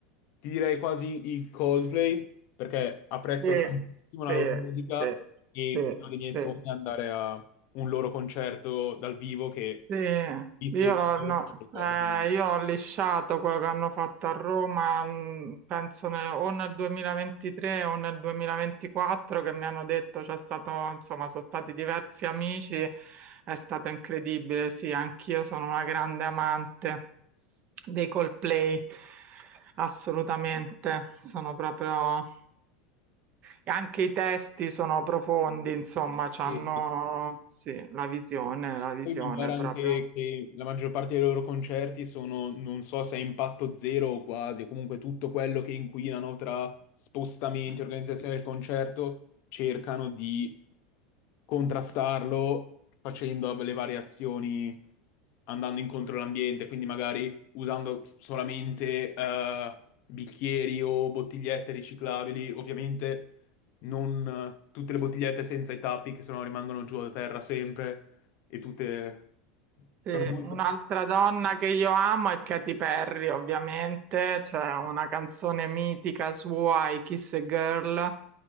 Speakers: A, on the left; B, on the right.
A: ti direi quasi i Coldplay, perché apprezzo
B: Sì,
A: tantissimo la
B: sì,
A: loro musica
B: sì,
A: e
B: sì,
A: uno dei miei
B: sì.
A: sogni è andare a un loro concerto dal vivo che,
B: Sì, io
A: visto e
B: l'ho
A: visto,
B: no,
A: è qualcosa
B: eh,
A: di...
B: io l'ho lisciato quello che hanno fatto a Roma, mh, penso ne- o nel 2023 o nel 2024, che mi hanno detto c'è stato, insomma, sono stati diversi amici, è stato incredibile, sì, anch'io sono una grande amante dei Coldplay, assolutamente, sono proprio... E anche i testi sono profondi, insomma, hanno,
A: eh sì.
B: sì, la visione, la visione
A: Poi mi pare anche
B: proprio.
A: che la maggior parte dei loro concerti sono, non so se a impatto zero o quasi, o comunque tutto quello che inquinano tra spostamenti, organizzazione del concerto, cercano di contrastarlo facendo le variazioni, andando incontro all'ambiente, quindi magari usando solamente eh, bicchieri o bottigliette riciclabili, ovviamente non eh, tutte le bottigliette senza i tappi che sennò rimangono giù a terra sempre e tutte
B: Sì,
A: sono molto...
B: un'altra donna che io amo è Katy Perry, ovviamente, c'è una canzone mitica sua, I Kiss a Girl,